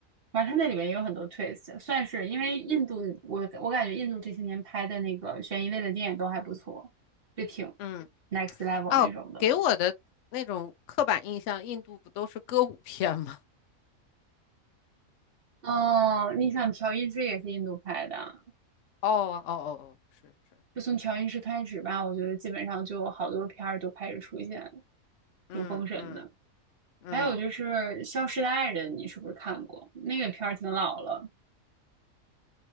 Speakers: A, on the right (about 45°); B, on the left (about 65°).
A: 反正它那里面也有很多 twist，算是因为印度，我我感觉印度这些年拍的那个悬疑类的电影都还不错，就挺
B: 嗯。
A: next level
B: 哦，
A: 那种的。
B: 给我的那种刻板印象，印度不都是歌舞片吗？
A: 哦，你想调音师也是印度拍的啊
B: <laughs> 哦哦哦哦，是是，
A: 就从调音师开始吧，我觉得基本上就有好多片儿就开始出现，
B: 嗯嗯
A: 挺封神的。
B: 嗯，
A: 还有就是《消失的爱人》，你是不是看过？那个片儿挺老了，